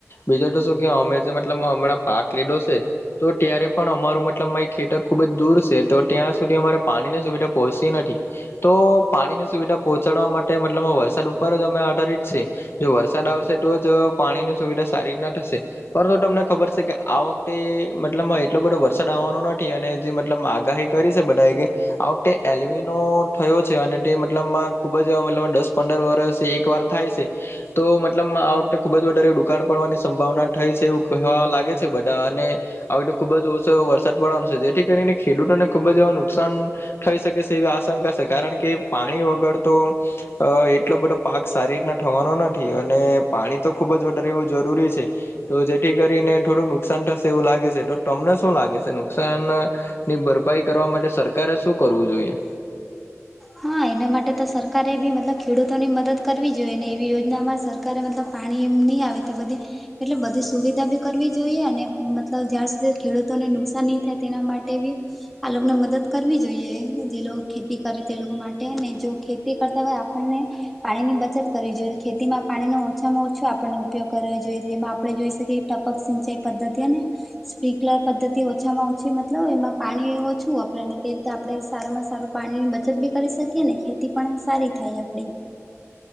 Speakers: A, on the left; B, in the centre.
A: બીજો તો શું કે અમે જે મતલબ હમણાં પાક લીધો સે તો ત્યારે પણ અમારું મતલબ મા ખેતર ખુબ જ દૂર સે તો ત્યાં સુધી અમારે પાણીની સુવિધા પહોચતી નથી. તો પાણીની સુવિધા પહોંચાડવા માટે, મતલબમાં વરસાદ ઉપર જ અમે આધારિત છીએ. જો વરસાદ આવશે તો જ, પાણીની સુવિધા સારી રીતના થશે. પરંતુ તમને ખબર છે કે આ વખતે મતલબમાં એટલો બધો વરસાદ આવવાનો નથી અને જે મતલબ આગાહી. કરી સે બધાએ કે, આ વખતે એલિમિનો. થયો છે અને તે મતલબમાં ખૂબ જ એવા મતલબ દસ પંદર વરસ એક વાર થાય સે. તો મતલબમાં આ વખતે ખુબ જ વધારે દુકાળ પડવાની સંભાવના થઈ છે એવું કહેવા લાગે છે બધા અને. આ વખતે તો ખુબ જ ઓછો વરસાદ પડવાનો છે, જેથી કરીને ખેડૂતોને ખુબ જ નુકસાન. થઈ શકે છે એવી આશંકા છે કારણકે પાણી વગર તો. અ એટલો બધો પાક સારી રીતના થવાનો નથી અને પાણી તો ખુબ જ વધારે એવું જરૂરી સે. તો જેથી કરીને થોડુંક નુકસાન થશે, એવું લાગે સે તો તમને શું લાગે સે નુકસાન! ની ભરપાઈ કરવા માટે સરકારે શું કરવું જોઈએ?
B: હા એના માટે તો સરકારે બી, મતલબ, ખેડૂતો ની મદદ કરવી જોઈએ ને એવી યોજનામાં સર કારે મતલબ પાણી એમ ની આવે તે બધી. એટલે બધી સુવિધા બી કરવી જોઈએ અને મતલબ જ્યાં સુધી ખેડૂતોને નુકસાન નહી થાય તેના માટે બી. આ લોકો ને મદદ કરવી જોઈએ જે લોકો ખેતી. કરે તે લોકો માટે ને જો ખેતી કરતા હોય આપણને. પાણી ની બચત કરવી જોઈએ. ખેતીમાં પાણીનો ઓછામાં ઓછો આપણનો ઉપયોગ કરવો જોઈએ. જેમાં આપણે જોઈ શકીએ. ટપક સિંચાઈ પદ્ધતિ અને. સ્પ્રિન્કલર પદ્ધતિ ઓછામાં ઓછી મતલબ, એમાં પાણી ઓછું વપરાય ને તે રીતે. આપણે સારામાં સારું પાણીની બચત બી કરી શકીએ. ને ખેતી પણ સારી થાય આપણી.